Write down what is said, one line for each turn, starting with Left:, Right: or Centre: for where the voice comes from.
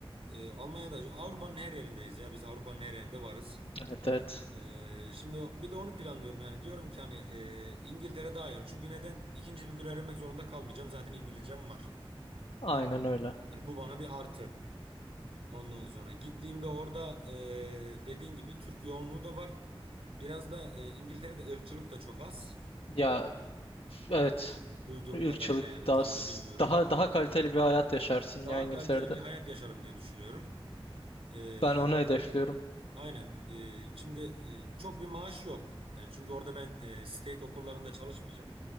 Right: Ee, Almanya'da Avrupa'nın her yerindeyiz ya. Biz Avrupa'nın her yerinde varız.
Left: Evet evet.
Right: Ee, şimdi bir de onu planlıyorum yani. Diyorum ki hani e, İngiltere daha iyi olur. Çünkü neden? İkinci bir dil öğrenmek zorunda kalmayacağım. Zaten İngilizcem var.
Left: Aynen öyle.
Right: Yani bu bana bir artı. Ondan sonra gittiğimde orada e, dediğin gibi Türk yoğunluğu da var. Biraz da e, İngiltere'de ırkçılık da çok az.
Left: Ya evet.
Right: Duyduğum
Left: Irkçılık
Right: kadarıyla yani
Left: daha
Right: tam da bilmiyorum.
Left: daha daha kaliteli bir hayat yaşarsın
Right: Daha
Left: ya İngiltere'de.
Right: kaliteli bir hayat yaşarım diye düşünüyorum. E, yani
Left: Ben onu hedefliyorum.
Right: aynen. E, şimdi e, çok bir maaş yok. Yani çünkü orada ben e, state okullarında çalışmayacağım.